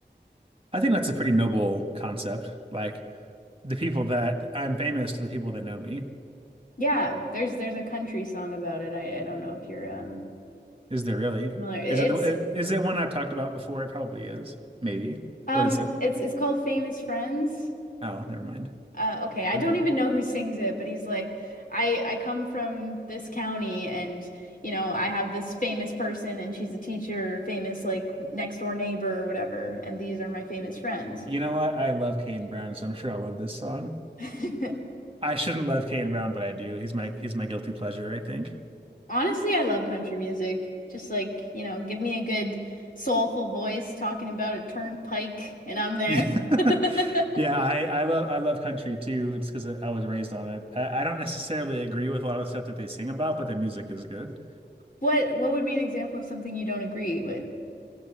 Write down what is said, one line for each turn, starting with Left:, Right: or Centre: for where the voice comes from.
Right: I think that's a pretty noble concept. Like the people that I'm famous to the people that know me.
Left: Yeah, there's there's a country song about it. I, I don't know if you're um
Right: Is there really?
Left: familiar. It's
Right: Is it the is it one I've talked about before? It probably is. Maybe.
Left: um
Right: What is it?
Left: it's it's called Famous Friends.
Right: Oh, never mind.
Left: Uh okay, I
Right: Um,
Left: don't even know who sings it, but he's like, I I come from this county and you know, I have this famous person and she's a teacher, famous like next door neighbor or whatever, and these are my famous friends.
Right: You know what? I love Kane Brown, so I'm sure I'll love this song.
Left: <laughs>
Right: I shouldn't love Kane Brown, but I do. He's my he's my guilty pleasure, I think. <laughs>
Left: Honestly, I love country music. Just like, you know, give me a good soulful voice talking about a turnpike and I'm there.
Right: Yeah,
Left: <laughs>
Right: yeah. I I love I love country too. It's because I was raised on it. I, I don't necessarily agree with a lot of stuff that they sing about, but the music is good.
Left: What what would be an example of something you don't agree with?